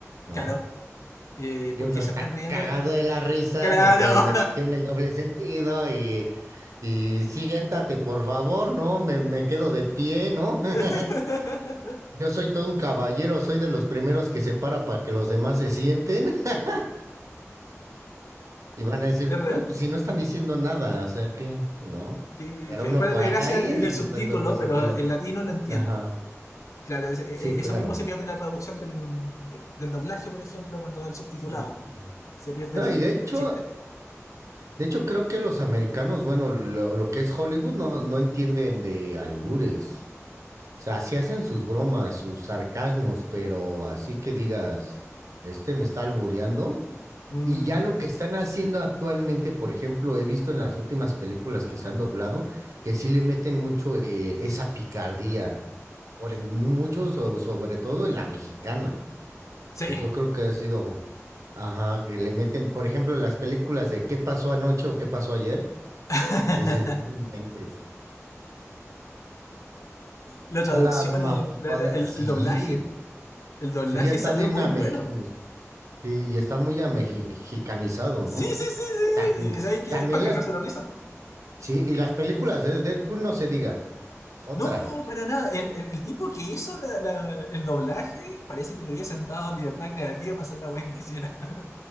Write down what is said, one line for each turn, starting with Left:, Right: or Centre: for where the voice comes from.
Right: ¿no?
Left: Claro. Eh,
Right: Y
Left: ¿por
Right: uno
Left: qué se
Right: está
Left: están riendo
Right: cagado
Left: de esto?
Right: de la risa
Left: ¡Claro!
Right: porque le metió en el doble sentido y, y siéntate, por favor, ¿no? Me, me quedo de pie, ¿no? <laughs>
Left: <laughs>
Right: Yo soy todo un caballero, soy de los primeros que se para para que los demás se sienten <laughs> y van a decir,
Left: Es real.
Right: "Bueno, pues, si no están diciendo nada, o sea que, ¿no?
Left: ¿Qué-
Right: Pero
Left: qué-
Right: uno
Left: ¿Cuál
Right: por
Left: es la
Right: acá
Left: gracia
Right: y ese
Left: en el subtítulo?
Right: es el doble sentido.
Left: Pero el latino lo entiende.
Right: Ajá.
Left: Claro, es- e-
Right: Sí,
Left: e,
Right: claro.
Left: eso mismo se pierde en la traducción del, de- del doblaje, por ejemplo, cuando va el subtitulado.
Right: Sí.
Left: Se pierde
Right: No,
Left: el,
Right: y de hecho,
Left: el chiste.
Right: de hecho creo que los americanos, bueno, lo, lo que es Hollywood no, no entienden de albures. O sea, sí hacen sus bromas, sus sarcasmos, pero así que digas, este me está albureando.
Left: Mm,
Right: Y ya lo que están haciendo actualmente, por ejemplo, he visto en las últimas películas que se han doblado, que sí le meten mucho eh, esa picardía, por, mucho so- sobre todo en la mexicana.
Left: sí.
Right: que yo creo que ha sido, ajá, que le meten, por ejemplo, en las películas de ¿Qué pasó anoche o qué pasó ayer?
Left: <laughs>
Right: Dices, no inventes.
Left: La
Right: Toda
Left: traducción,
Right: la mafufada,
Left: eh, la- la- el,
Right: sí,
Left: el doblaje. El doblaje
Right: sí, ya está
Left: salió
Right: bien
Left: muy
Right: ameji-
Left: bueno.
Right: sí, y está muy amexicanizado,
Left: Sí,
Right: ¿no?
Left: sí, sí,
Right: Tam-
Left: sí, sí. Y sabes que
Right: también
Left: es para
Right: las,
Left: cagarse la risa.
Right: sí, y las películas de Deadpool no se diga, otra.
Left: No, para nada. El, el- el tipo que hizo la- la- el doblaje parece que le hubiesen dado libertad creativa para hacer la weá que quisiera. <laughs>